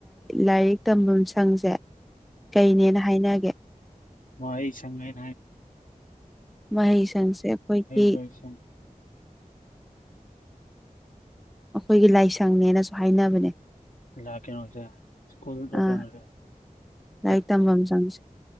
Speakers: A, in the centre; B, on the left (about 70°).
A: ꯂꯥꯏꯔꯤꯛ ꯇꯐꯝ ꯁꯪꯁꯦ ꯀꯩꯅꯦꯅ ꯍꯥꯏꯅꯒꯦ
B: ꯃꯥꯏ ꯁꯉꯥꯏ
A: ꯃꯍꯩ ꯁꯪꯁꯦ ꯑꯩꯈꯣꯏꯒꯤ
B: ꯂꯁ
A: ꯑꯩꯈꯣꯏꯒꯤ ꯂꯥꯏꯁꯪꯅꯦꯅꯁꯨ ꯍꯥꯏꯅꯕꯅꯦ
B: ꯂꯥꯛꯀꯦꯅꯁ ꯁ꯭ꯀꯨꯜ ꯋꯥ
A: ꯑꯥ
B: ꯀꯦ
A: ꯂꯥꯏꯔꯤꯛ ꯇꯝꯐꯝ ꯆꯪꯁꯦ